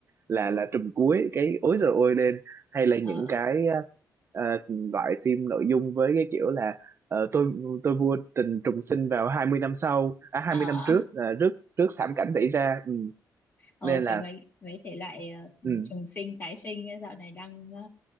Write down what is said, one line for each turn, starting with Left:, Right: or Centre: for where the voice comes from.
Right: là là trùm cuối cái ối giời ôi lên hay là những
Left: ờ,
Right: cái ờ, ờ, loại phim nội dung với cái kiểu là ờ, tôi tôi mua tình trùng sinh vào 20 năm sau à hai
Left: ờ.
Right: mươi năm trước ờ, trước trước thảm cảnh xảy ra ừ.
Left: Ờ,
Right: nên là
Left: kiểu mấy mấy thể loại ờ,
Right: ừ.
Left: trùng sinh tái sinh ấy, dạo này đang ờ,